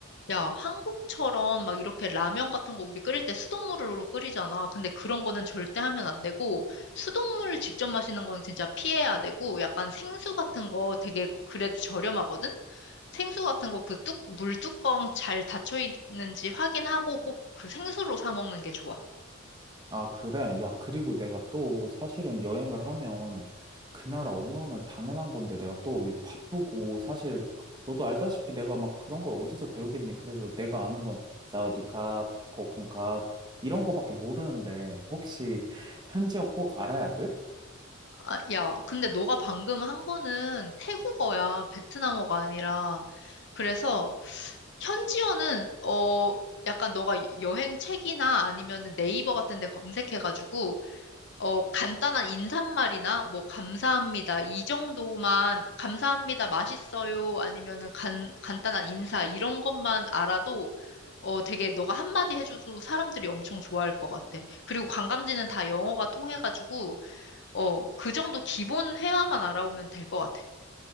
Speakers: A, on the left; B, on the right.
A: 야, 한국처럼 막 이렇게 라면 같은 거 우리 끓일 때 수돗물로 끓이잖아. 근데 그런 거는 절대 하면 안 되고, 수돗물 직접 마시는 건 진짜 피해야 되고, 약간 생수 같은 거 되게 그래도 저렴하거든? 생수 같은 거 그 뚝, 물 뚜껑 잘 닫혀 있는지 확인하고 꼭 그 생수로 사 먹는 게 좋아.
B: 아, 그래. 야, 그리고 내가 또 사실은 여행을 하면 그 나라 언어는 당연한 건데 내가 또 바쁘고 사실 너도 알다시피 내가 막 그런 걸 어디서 배우겠니? 그래서 내가 아는 건 사와디캅, 코쿤캅 이런 거밖에 모르는데 혹시 현지어 꼭 알아야 돼?
A: 아, 야, 근데 너가 방금 한 거는 태국어야. 베트남어가 아니라. 그래서 현지어는 어 약간 너가 여행 책이나 아니면은 네이버 같은 데 검색해가지고 어 간단한 인사말이나 뭐 감사합니다 이 정도만 감사합니다 맛있어요 아니면은 간 간단한 인사 이런 것만 알아도 어 되게 너가 한마디 해줘도 사람들이 엄청 좋아할 것 같아. 그리고 관광지는 다 영어가 통해가지고 어, 그 정도 기본 회화만 알아오면 될 것 같아.